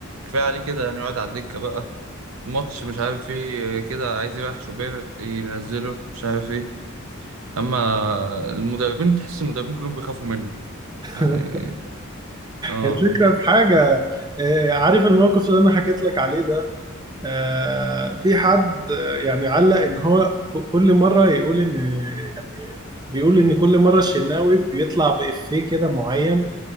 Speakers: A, on the right; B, on the right.
A: كفاية عليه كده يعني يقعد على الدكة بقى ماتش مش عارف ايه كده عايز يريح شوبير ينزله مش عارف ايه اما المدربين تحس المدربين كلهم بيخافوا منه
B: <laughs>
A: يعني اه
B: الفكرة في حاجة آه، عارف الموقف اللي انا حكيت لك عليه ده آه، في حد آه، يعني علق ان هو ك- كل مره يقول ان يعني بيقول ان كل مره الشناوي بيطلع بإفيه كده معين